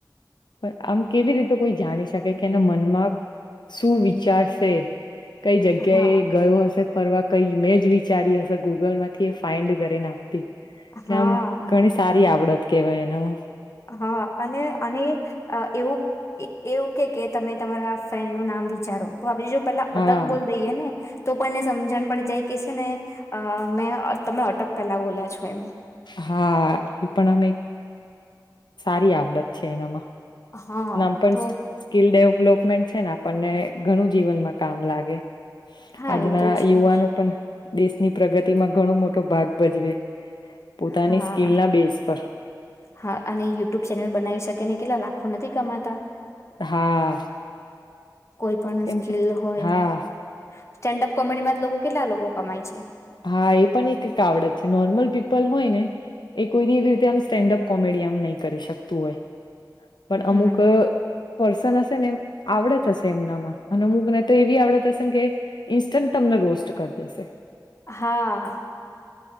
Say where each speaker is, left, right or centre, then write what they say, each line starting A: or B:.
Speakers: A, on the left (about 80°); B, on the left (about 40°).
A: પણ આમ કેવી રીતે કોઈ જાણી શકે કે એના મનમાં શું વિચારશે કઈ જગ્યા
B: હા
A: એ ગયો હશે ફરવા કઈ મેજ વિચારી હશે ગૂગલ માંથી એ ફાાઈન્ડ કરેને આપ એટલે
B: હા
A: આમ ઘણી સારી આવડત. કેવાય એનામાં.
B: હા અને અને એવું એવું કે કે તમે તમારા ફ્રેન્ડનું નામ વિચારો. તો આપ જો પેલા
A: હા
B: અટક બોલ દઈએે ને. તો પણ એને સમજણ પડી જાય કે છે ને અ અમે તમે અટક પહેલા બોલ્યા સ્વ એયમ
A: હા એ પણ અમે સારી આવડત છે એનામાં.
B: હા
A: નામ પણ
B: તો
A: સ્કીલડેવ ડેપમેન્ટ છે ને આપણને ઘણું જીવનમાં કામ લાગે.
B: હા
A: આજના
B: એ તો છે
A: યુવાનો
B: જ
A: પણ દેશની પ્રગતિમાં ઘણો મોટો ભાગ ભજવે. પોતાની
B: હા
A: સ્કીલના બેઝ પર
B: હા અને યુટ્યુબ ચેનલ બનાવી શકે ને કેટલા લાખો નથી કમાતા.
A: હા.
B: કોઈ પણ
A: કેમ
B: સ્કીલ
A: કે
B: હોય.
A: હા
B: સ્ટેન્ડઅપ કોમેડીમાં લોકો કેટલા લોકો કમાય છે.
A: હા એ પણ એક એક આવડત છે નોર્મલ પીપલ હોય ને એ કોઈ એવી રીતે આમ સ્ટેન્ડઅપ કોમેડી આમ નહીં કરી શકતું હોય. પણ
B: હમ
A: અમુક પર્સન હશે ને આવડત હશે એમનામાં અને અમુક મને તો એવી આવડત હશે ને કે ઇન્સ્ટન્ટ તમને રોસ્ટ કરી દેશે.
B: હા